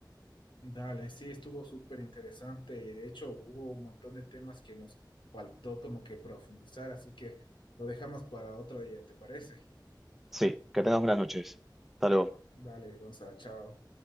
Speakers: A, on the left; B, in the centre.
A: dale, sí, estuvo súper interesante y de hecho hubo un montón de temas que nos faltó como que profundizar, así que lo dejamos para otro día, ¿te parece?
B: Sí, que tengas buenas noches. Hasta luego.
A: Dale, Gonzalo, chao.